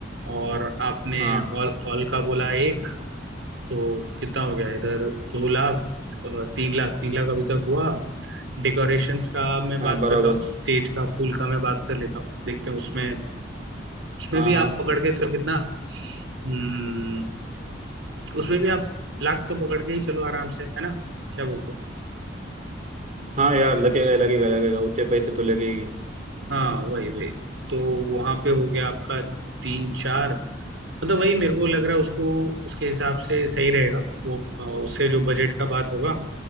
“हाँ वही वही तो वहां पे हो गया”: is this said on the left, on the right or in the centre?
Right